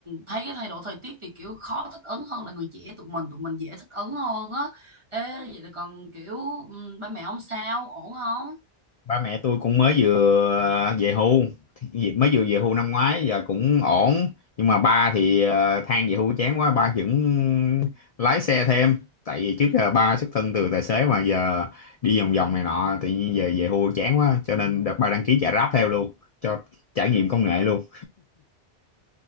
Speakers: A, on the right (about 25°); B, on the left (about 55°).
A: thấy cái thay đổi thời tiết thì kiểu khó thích ứng hơn là người trẻ tụi mình, tụi mình dễ thích ứng hơn á. Ê, vậy là còn kiểu ừm, ba mẹ ông sao, ổn không?
B: ba mẹ tôi cũng mới vừa à, về hưu Thì- mới vừa về hưu năm ngoái giờ cũng ổn nhưng mà ba thì ờ, than về hưu chán quá ba vẫn lái xe thêm tại vì trước giờ ba xuất thân từ tài xế mà giờ đi vòng vòng này nọ tự nhiên về về hưu chán quá cho nên đợt ba đăng ký chạy Grab theo luôn cho trải nghiệm công nghệ luôn